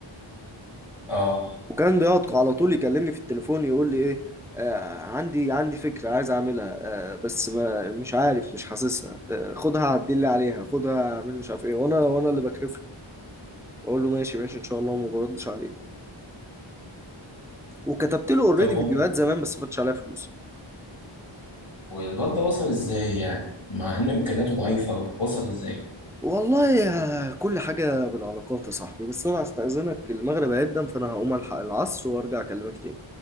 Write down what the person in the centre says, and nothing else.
وكان بيقعد على طول يكلمني في التليفون يقول لي ايه آه عندي عندي فكرة عايز اعملها آه بس ما مش عارف مش حاسسها آه خدها عدل لي عليها خدها اعمل مش عارف ايه وانا وانا اللي بكرف له اقول له ماشي ماشي ان شاء الله وما بردش عليه وكتبت له اوريدي
فيديوهات زمان بس ما خدتش عليها فلوس
والله يا كل حاجة بالعلاقات يا صاحبي بس انا هستأذنك المغرب هيبدأ فانا هقوم الحق العصر وارجع اكلمك تاني